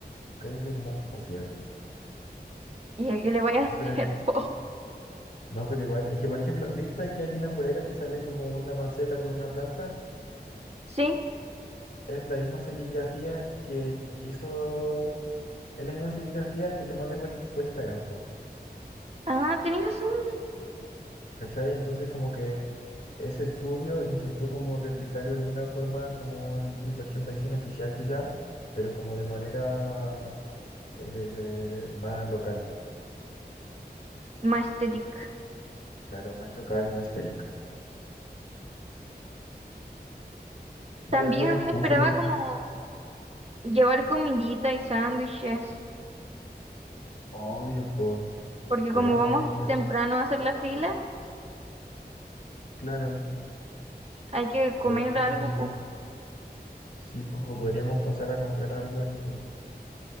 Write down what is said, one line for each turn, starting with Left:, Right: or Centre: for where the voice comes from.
Left: que dice como Josier.
Right: ¿Y a qué le vaya a <laughs> hacer,
Left: No, Pero aquí-
Right: po?
Left: no, pero igual, es que, por ejemplo, ¿viste que hay una polera que sale como una maceta con una planta?
Right: Sí.
Left: Es la misma serigrafía que es- hizo, es la misma serigrafía que te mandé por, Ins- por Instagram, po,
Right: Ah, tenéis razón.
Left: ¿cachai? Entonces como que ese estudio intentó como replicar de alguna forma como el merchandising oficial quizá, pero como de manera eh, eh, más local,
Right: Majestic.
Left: claro, más local, más estética. Mira,
Right: También
Left: vender un puzzle,
Right: esperaba como llevar comidita y sándwiches,
Left: obvio, pues,
Right: porque
Left: estaría
Right: como vamos
Left: bueno,
Right: temprano a hacer la fila,
Left: claro,
Right: hay que comer
Left: llevar comidita,
Right: algo, po.
Left: sí, po, o podríamos pasar a comprar algo ahí, pues.